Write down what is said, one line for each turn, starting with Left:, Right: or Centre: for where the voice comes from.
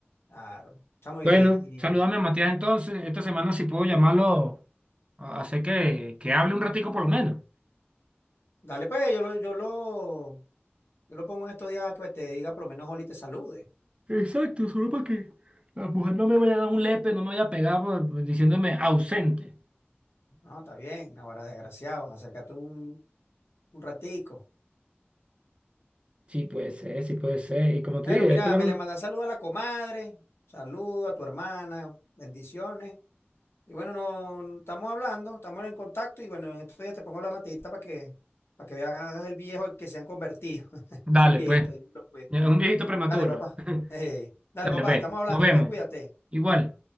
Left: Claro. Chamo, y,
Right: Bueno,
Left: y-
Right: saludame a Matías entonces. Esta semana si puedo llamarlo, a- hacer que, que hable un ratico por lo menos.
Left: dale, pues, yo lo, yo lo, yo lo pongo en estos días que te diga, por lo menos Oli te salude.
Right: Exacto, solo para que La mujer no me vaya a dar un lepe, no me vaya a pegar por- por diciéndome ausente.
Left: No, está bien, ahora desgraciado, acércate un, un ratico.
Right: Sí puede ser, sí puede ser. Y como te
Left: Bueno,
Right: dije,
Left: mira,
Right: ahí te van.
Left: me le manda saludo a la comadre, saludo a tu hermana, bendiciones. Y bueno, no estamos hablando, estamos en contacto y bueno, en estos días te pongo la matita para que, para que veas el viejo que se han convertido. <laughs>
Right: Dale,
Left: Es un viejito,
Right: pues.
Left: dímelo, pues.
Right: Ya, Un viejito prematuro.
Left: Dale, papá.
Right: <laughs>
Left: <laughs> dale,
Right: Dale,
Left: papá,
Right: ve.
Left: estamos hablando,
Right: Nos vemos.
Left: pues cuídate.
Right: Igual.